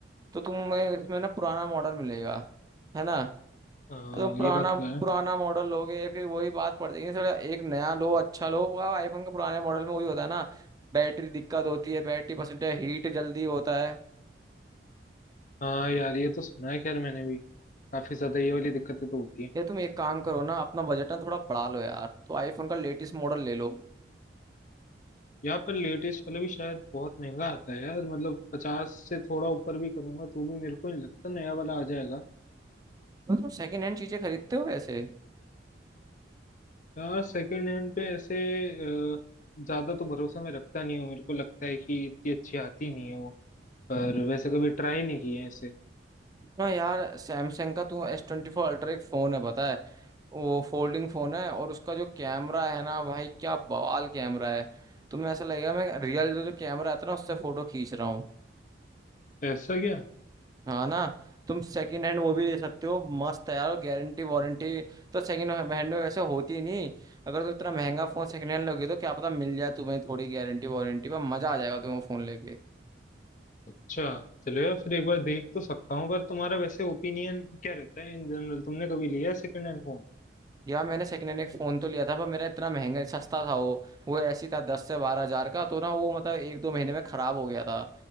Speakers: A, on the right (about 20°); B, on the left (about 40°).
A: तो तुम्हें इसमें ना पुराना मॉडल मिलेगा है ना
B: हाँ
A: तुम
B: ये
A: पुराना
B: बात तो है
A: पुराना मॉडल लोगे फिर वही बात पड़ जाएगी सर एक नया लो अच्छा लो आईफोन के पुराने मॉडल में वही होता है ना बैटरी दिक्कत होती है बैटरी परसेंटेज हीट जल्दी होता है
B: हाँ यार ये तो सुना है खैर मैंने भी काफी ज्यादा ये वाली दिक्कतें तो होती हैं
A: ये तुम एक काम करो ना अपना बजट ना थोड़ा बढ़ा लो यार तो आईफोन का लेटेस्ट मॉडल ले लो
B: यहाँ पर लेटेस्ट वाला भी शायद बहुत महंगा आता है यार मतलब पचास से थोड़ा ऊपर भी करूंगा तो भी मेरे को नहीं लगता नया वाला आ जाएगा
A: तो तुम सेकंड हैंड चीजें खरीदते हो वैसे
B: यार सेकंड हैंड पे ऐसे अ, ज्यादा तो भरोसा मैं रखता नहीं हूँ मेरे को लगता है कि इतनी अच्छी आती नहीं है वो पर वैसे कभी ट्राई नहीं की है ऐसे
A: ना यार सैमसंग का तू एस ट्वेंटी फोर अल्ट्रा एक फोन है पता है वो फोल्डिंग फोन है और उसका जो कैमरा है ना भाई क्या बवाल कैमरा है तुम्हें ऐसा लगेगा मैं रियल जो जो कैमरा आता है ना उससे फोटो खींच रहा हूँ
B: ऐसा क्या
A: हाँ ना तुम सेकंड हैंड वो भी ले सकते हो मस्त है यार गारंटी वारंटी तो सेकंड हैंड में वैसे होती ही नहीं अगर तुम इतना महंगा फोन सेकंड हैंड लोगे तो क्या पता मिल जाए तुम्हें थोड़ी गारंटी वारंटी पर मजा आ जाएगा तुम्हें फोन लेके
B: अच्छा चलो यार फिर एक बार देख तो सकता हूँ पर तुम्हारा वैसे ओपिनियन क्या रहता है इन जनरल तुमने कभी लिया सेकंड हैंड फोन
A: यार मैंने सेकंड हैंड एक फोन तो लिया था पर मेरा इतना महंगा सस्ता था वो वो ऐसी था दस से बारह हजार का तो ना वो मतलब एक दो महीने में खराब हो गया था